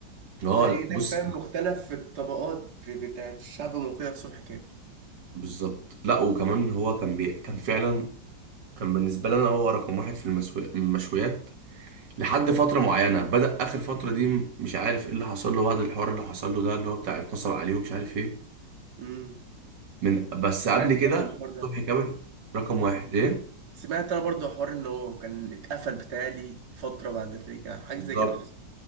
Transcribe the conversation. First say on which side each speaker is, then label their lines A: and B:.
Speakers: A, on the right; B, on the right.
A: اه
B: تلاقي
A: لا
B: هناك
A: بص
B: فاهم مختلف في الطبقات في بتاعت الشعب وكده في صبح كامل
A: بالظبط لا وكمان هو كان بي... كان فعلا كان بالنسبه لنا هو رقم واحد في المسو... المشويات لحد فتره معينه بدأ اخر فتره دي م- مش عارف ايه اللي حصل له بعد الحوار اللي حصل له ده اللي هو بتاع اتنصب عليه ومش عارف ايه
B: امم
A: من بس قبل
B: سمعت
A: كده
B: برضه الحوار ده أنا.
A: صبحي جابر رقم واحد ايه
B: سمعت انا برضه حوار ان هو كان اتقفل بتالي فتره بعد الرجعه حاجه
A: بالظبط
B: زي كده حصل